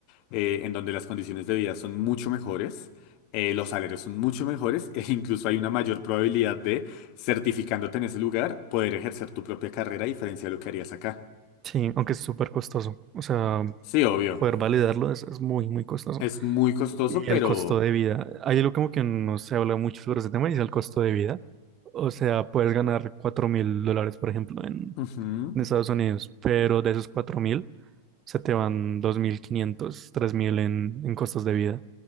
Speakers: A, on the left (about 50°); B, on the right (about 30°).
A: eh, en donde las condiciones de vida son mucho mejores, eh, los salarios son mucho mejores, <laughs> e incluso hay una mayor probabilidad de, certificándote en ese lugar, poder ejercer tu propia carrera a diferencia de lo que harías acá.
B: Sí, aunque es súper costoso. O sea,
A: Sí, obvio.
B: poder validarlo es, es muy, muy costoso.
A: Es muy costoso,
B: Y
A: pero...
B: el costo de vida. Hay algo como que no se habla mucho sobre ese tema y es el costo de vida. O sea, puedes ganar cuatro mil dólares, por ejemplo, en,
A: ujú.
B: en Estados Unidos, pero de esos cuatro mil, se te van dos mil quinientos tres mil en, en costos de vida.